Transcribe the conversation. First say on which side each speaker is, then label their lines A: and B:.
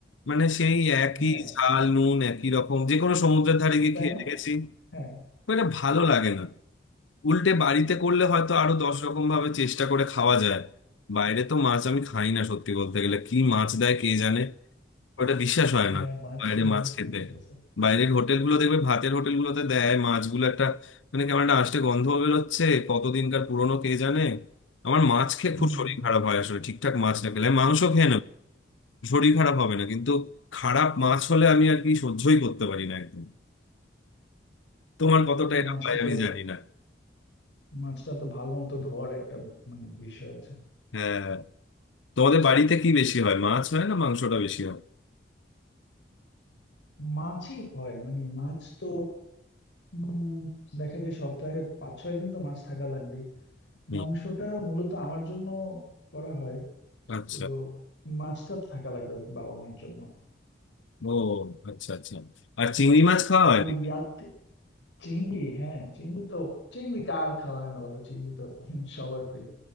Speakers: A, on the left; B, on the left.
A: মানে সেই একই
B: হ্যাঁ
A: ঝাল নুন একই রকম যে কোনো সমুদ্রের ধারে গিয়ে
B: তাই
A: খেয়ে
B: না
A: দেখেছি
B: হ্যাঁ
A: খুব একটা ভালো লাগে না উল্টে বাড়িতে করলে হয়তো আরো দশ রকম ভাবে চেষ্টা করে খাওয়া যায় বাইরে তো মাছ আমি খাই না সত্যি বলতে গেলে কি মাছ দেয় কে জানে ওটা বিশ্বাস হয়
B: হ্যাঁ
A: না
B: মাছ
A: বাইরে
B: নিয়ে
A: মাছ
B: অনেক
A: খেতে
B: ইস্যু আছে
A: বাইরের হোটেলগুলো দেখবে ভাতের হোটেলগুলোতে দেয় মাছগুলো একটা মানে কেমন একটা আষ্টে গন্ধ বেরোচ্ছে কতদিনকার পুরনো কে জানে আমার মাছ খেয়ে
B: হুম
A: খুব শরীর খারাপ হয় আসলে ঠিকঠাক মাছ না খেলে আমি মাংস খেয়ে নেব শরীর খারাপ হবে না কিন্তু খারাপ মাছ হলে আমি আর কি সহ্যই করতে পারি না একদম তোমার কতটা
B: হ্যাঁ
A: এটা
B: মাছটা
A: হয়
B: তো
A: আমি জানি না
B: মাছটা তো ভালো মতো ধোয়ার একটা মানে বিষয় আছে
A: হ্যাঁ তোমাদের বাড়িতে কি বেশি হয় মাছ হয় না মাংসটা বেশি হয়
B: মাছই হয় মানে মাছ তো উম, দেখা যায় সপ্তাহে পাঁচ ছয় দিন তো মাছ থাকা লাগবেই
A: হুম,
B: মাংসটা মূলত আমার জন্য করা হয়
A: আচ্ছা
B: কিন্তু মাছটা থাকা লাগবে আর কি বাবা মার জন্য
A: ও আচ্ছা আচ্ছা আর চিংড়ি মাছ খাওয়া হয়
B: আর
A: নাকি
B: ইয়াতে চিংড়ি হ্যাঁ চিংড়ি তো চিংড়ি কার খাওয়া হয় না বলো চিংড়ি তো সবার প্রিয়